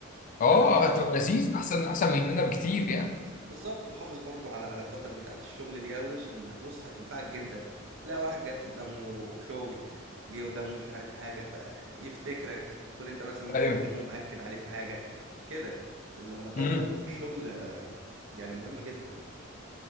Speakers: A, on the left; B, on the right.
A: أه
B: ده
A: هتبقى لذيذ أحسن أحسن من هنا بكتير يعني
B: بالظبط وحافظ برضو على علاقاتك بتاعت الشغل دي قوي عشان بص هتنفعك جدا لا واحد جت قدامه شغل جه قدامه مش عارف حاجة فيفتكرك تكون انت مثلا مكلمه
A: أيوه
B: مأكد عليه في حاجة كده العلاقات
A: امم
B: برضو في الشغل آه، يعني مهمة جدا